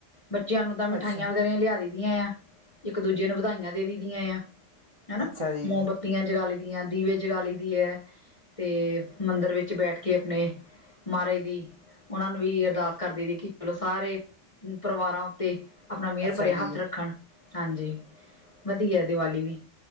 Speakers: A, on the left; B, on the right.
A: ਬੱਚਿਆਂ ਨੂੰ ਤਾਂ ਮਿਠਾਈਆਂ
B: ਅੱਛਾ
A: ਵਗੈਰਾ ਲਿਆ ਦੀ ਇੱਕ ਦੂਜੇ ਨੂੰ ਵਧਾਈਆਂ ਦੇ ਦੀ ਆ ਹੈਨਾ
B: ਅੱਛਾ ਜੀ
A: ਮੋਮਬੱਤੀਆਂ ਜਗਾ ਲੀ ਜ ਦੀਵੇ ਜਗਾਲੀ ਦੀ ਹੈ <unintelligible> ਤੇ ਮੰਦਿਰ ਵਿੱਚ ਬੈਠ ਕੇ ਆਪਣੇ, ਮਾਹਾਰਾਜ ਦੀ, ਉਹਨਾਂ ਨੂੰ ਵੀ ਅਰਦਾਸ ਕਰਦੀ ਵੇਖੀ ਕਿ ਚਲੋ ਸਾਰੇ ਪਰਿਵਾਰਾਂ ਆਪਣਾ ਮਿਹਰ
B: ਅੱਛਾ
A: ਭਰਿਆ
B: ਜੀ
A: ਹੱਥ ਰੱਖਣ । ਹਾਂਜੀ। ਵਧੀਆ ਦੀਵਾਲੀ ਵੀ